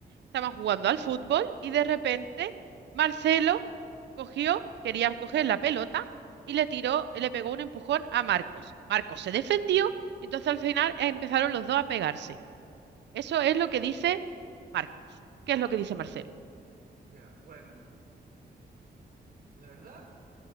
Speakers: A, on the right; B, on the right.
A: estaban jugando al fútbol y de repente Marcelo cogió, quería coger la pelota y le tiró, le pegó un empujón a Marcos. Marcos se defendió, entonces al final eh, empezaron los dos a pegarse. Eso es lo que dice Marcos. ¿Qué es lo que dice Marcelo?
B: Ya, bueno. La verdad,